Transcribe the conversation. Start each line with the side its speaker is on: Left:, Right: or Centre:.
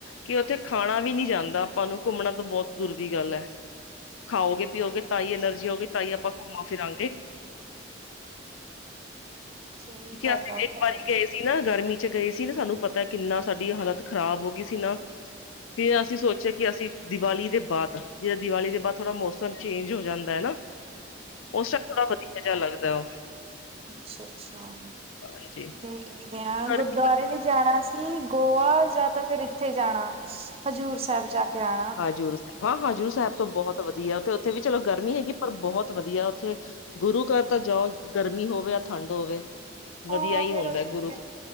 Left: ਕਿ ਉੱਥੇ ਖਾਣਾ ਵੀ ਨੀ ਜਾਂਦਾ ਆਪਾਂ ਨੂੰ ਘੁੰਮਣਾ ਤੋਂ ਬਹੁਤ ਦੂਰ ਦੀ ਗੱਲ ਐ। ਖਾਓਗੇ ਪੀਓਗੇ ਤਾਂ ਹੀ ਐਲਰਜੀ ਹੋਗੀ ਤਾਂ ਹੀ ਆਪਾਂ ਘੁੰਮਾਂ ਫਿਰਾਂਗੇ।
Right: ਸਹੀ
Left: ਕਿਉਂਕਿ
Right: ਗੱਲ
Left: ਅਸੀਂ
Right: ਆ ਉਹ
Left: ਇੱਕ
Right: ਤਾਂ ਹੈ।
Left: ਵਾਰੀ ਗਏ ਸੀ ਨਾ ਗਰਮੀ ਚ ਗਏ ਸੀ ਨਾ ਸਾਨੂੰ ਪਤਾ ਕਿੰਨਾ ਸਾਡੀ ਹਾਲਤ ਖ਼ਰਾਬ ਹੋ ਗਈ ਸੀ ਨਾ ਫੇਰ ਅਸੀਂ ਸੋਚਿਆ ਕਿ ਅਸੀਂ ਦੀਵਾਲੀ ਦੇ ਬਾਅਦ ਜਿੜ ਦੀਵਾਲੀ ਦੇ ਬਾਅਦ ਥੋੜਾ ਮੌਸਮ ਚੇਂਜ ਹੋ ਜਾਂਦਾ ਹੈ ਨਾ ਉਸ ਟਾਈਮ ਥੋੜਾ ਵਧੀਆ ਜਿਹਾ ਲੱਗਦਾ ਉਹ
Right: ਅੱਛਾ ਅੱਛਾ
Left: ਹਾਂਜੀ
Right: ਤੇ ਕਿਦੇ ਆ
Left: ਗਰਮੀ
Right: ਗੁਰਦੁਆਰੇ ਵੀ ਜਾਣਾ ਸੀ ਕੀ ਗੋਆ ਜਾਂ ਤਾਂ ਫਿਰ ਇੱਥੇ ਜਾਣਾ ਹਜ਼ੂਰ ਸਾਹਿਬ ਜਾ ਕੇ ਆਉਣਾ
Left: ਹਾਜ ਹਾਂ ਹਾਜ਼ੂਰ ਸਾਹਿਬ ਤੋਂ ਬਹੁਤ ਵਧੀਆ ਉਥੇ ਉੱਥੇ ਵੀ ਚਲੋ ਗਰਮੀ ਹੈਗੀ ਪਰ ਬਹੁਤ ਵਧੀਆ ਉੱਥੇ ਗੁਰੂ ਘਰ ਤਾਂ ਜਾਓ ਗਰਮੀ ਹੋਵੇ ਜਾਂ ਠੰਡ ਹੋਵੇ
Right: ਆਹ
Left: ਵਧੀਆ ਹੀ
Right: ਫਿਰ
Left: ਹੁੰਦਾ
Right: ਉਹੀ
Left: ਗੁਰੂ ਘਰ,